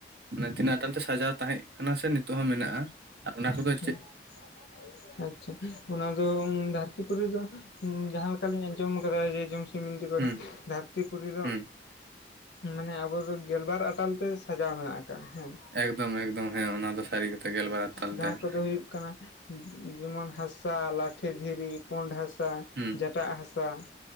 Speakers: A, on the right; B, on the left.
A: ᱢᱟᱱᱮ ᱛᱤᱱᱟᱹᱜ ᱟᱴᱟᱞ ᱛᱮ ᱥᱟᱡᱟᱣ ᱛᱟᱦᱮᱸᱡ ᱠᱟᱱᱟ ᱥᱮ ᱱᱤᱛᱚᱜ ᱦᱚᱸ ᱥᱟᱡᱟᱣ ᱢᱮᱱᱟᱜᱼᱟ ᱾ ᱟᱨ ᱚᱱᱟ ᱠᱚᱫᱚ
B: <inaudible> ᱟᱪᱪᱷᱟ ᱚᱱᱟ ᱫᱚ ᱫᱷᱟᱹᱨᱛᱤ ᱯᱩᱨᱤ ᱫᱚ ᱡᱟᱦᱟᱸ ᱞᱮᱠᱟᱞᱤᱧ ᱟᱸᱡᱚᱢ ᱠᱟᱫᱟ ᱡᱮ ᱡᱚᱢ <unintelligible>
A: ᱦᱩᱸ
B: ᱫᱷᱟᱹᱨᱛᱤ ᱯᱩᱨᱤ ᱫᱚ
A: ᱦᱩᱸ
B: ᱢᱟᱱᱮ ᱟᱵᱚ ᱫᱚ ᱜᱮᱞᱵᱟᱨ ᱟᱴᱟᱞ ᱛᱮ ᱥᱟᱡᱟᱣ ᱢᱮᱱᱟᱜ ᱟᱠᱟᱜ-ᱟ ᱦᱮᱸ ᱾
A: ᱮᱠᱫᱚᱢ ᱮᱠᱫᱚᱢ ᱦᱮᱸ ᱚᱱᱟ ᱫᱚ ᱥᱟᱹᱨᱤ ᱠᱟᱛᱷᱟ ᱜᱮᱞᱵᱟᱨ ᱟᱴᱟᱞ
B: ᱡᱟᱦᱟᱸ
A: ᱛᱮ ᱾
B: ᱠᱚᱫᱚ ᱦᱩᱭᱩᱜ ᱠᱟᱱᱟ ᱾ ᱡᱮᱢᱚᱱ ᱦᱟᱥᱟ ᱞᱟᱴᱷᱮ ᱫᱷᱤᱨᱤ ᱯᱳᱸᱰ ᱦᱟᱥᱟ
A: ᱦᱩᱸ
B: ᱡᱟᱴᱟᱜ ᱦᱟᱥᱟ